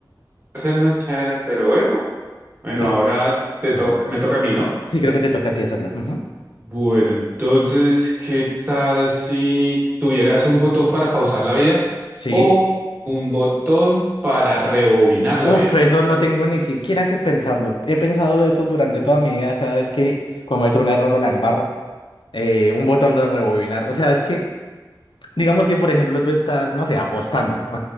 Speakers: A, on the right; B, on the left.
A: Hacernos chévere, pero bueno, bueno,
B: ¿Ves?
A: ahora te
B: Bueno,
A: toca, me toca a mí, ¿no?
B: Sí, creo que te toca a ti hacerla. Ujú.
A: Bueno, entonces, ¿qué tal si tuvieras un botón para pausar la vida
B: Sí.
A: o botón para rebobinar la
B: Uf,
A: vida?
B: eso no tengo ni siquiera que pensarlo. He pensado eso durante toda mi vida, cada vez que cometo un error o la embarro. eh, un botón de rebobinar. O sea, es que Digamos que, por ejemplo, tú estás, no sé, apostando <laughs>